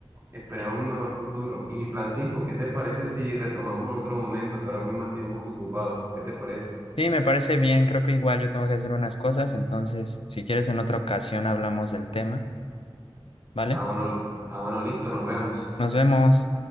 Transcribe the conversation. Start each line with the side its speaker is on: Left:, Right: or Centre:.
Right: esperemos un mejor futuro. Y Francisco, ¿qué te parece si retomamos en otro momento? Que ahora mismo estoy un poco ocupado. ¿Qué te parece?
Left: Sí, me parece bien. Creo que igual yo tengo que hacer unas cosas. Entonces, si quieres, en otra ocasión hablamos del tema, ¿vale?
Right: Ah, bueno, li- ah, bueno, listo, nos vemos.
Left: Nos vemos.